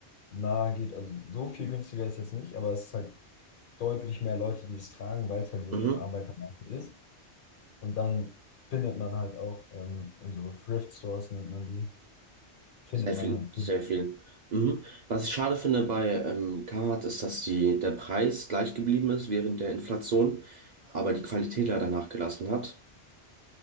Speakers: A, on the left (about 60°); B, on the right (about 50°).
A: Na, geht, also so viel günstiger ist jetzt nicht, aber es ist halt deutlich mehr Leute, die es tragen, weil es halt wirklich
B: Mhm.
A: eine Arbeitermarke ist. Und dann findet man halt auch ähm, in so Thrift-Stores, nennt man die, findet
B: Sehr
A: man
B: viel,
A: halt
B: sehr
A: billig.
B: viel. Mhm. Was ich schade finde bei ähm, Carhartt ist, dass die, der Preis gleich geblieben ist während der Inflation, aber die Qualität leider nachgelassen hat